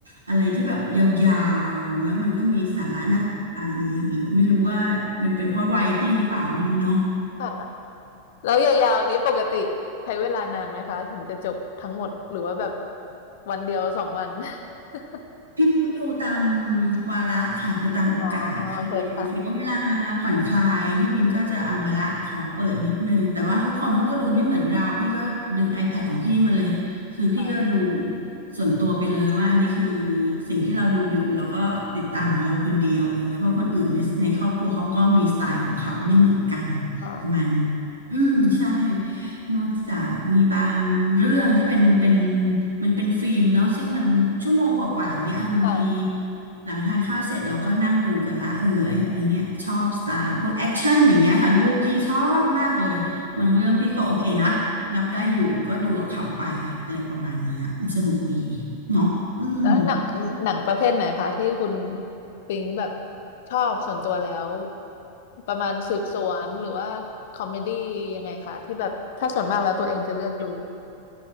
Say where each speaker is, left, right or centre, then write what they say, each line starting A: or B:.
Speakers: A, on the right; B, on the left.
A: อะไรที่แบบยาวๆแล้วมันก็มีสาระน่าสนใจหรือไม่รู้ว่ามันเป็นเพราะวัยพี่หรือเปล่าไม่รู้เนาะ
B: ค่ะแล้วยาวๆนี้ปกติใช้เวลานานไหมคะถึงจะจบทั้งหมดหรือว่าแบบวันเดียวสองวัน <laughs>
A: พี่ไปดูตามวาระค่ะคือตามโอกาสคือถือว่าเวลาผ่อนคลายพี่บิงก็จะเอามาละขอเปิดนิดนึงแต่ว่าทุกคนเขาก็ดูไม่เหมือนเราพี่ก็ดึง
B: อ๋อโอเคค่ะ
A: iPad ของพี่มาเลยคือพี่ก็ดู
B: ค่ะ
A: ส่วนตัวไปเลยว่าอันนี้คือสิ่งที่เราดูอยู่เราก็ติดตามของเราคนเดียวอะไรเงี้ยเพราะคนอื่นในในครอบครัวเขาก็มีสไตล์ของเขาไม่เหมือนกัน
B: อ๋อ
A: ประมาณนี้อืมใช่ นอกจากมีบางเรื่องที่เป็นเป็นมันเป็นฟิล์มเนาะซึ่งมันชั่วโมงกว่าๆอย่างเงี้ยเออบางที
B: ค่ะ <laughs>
A: หลังทานข้าวเสร็จเราก็นั่งดูกันละเออไออันเนี้ยชอบสไตล์พวกแอคชั่นอย่างเงี้ยค่ะลูกพี่ชอบมากเลยบางเรื่องพี่ก็โอเคนะรับได้อยู่ก็ดูกับเขาไปอะไรประมาณเนี้ยสนุกดี
B: อืม
A: เนาะอืม
B: แล้วหนังหนังประเภทไหนคะที่คุณปิงแบบชอบส่วนตัวแล้วประมาณสืบสวนหรือว่าคอมเมดี้ยังไงคะที่แบบถ้าส่วนมากแล้วตัวเองจะเลือกดู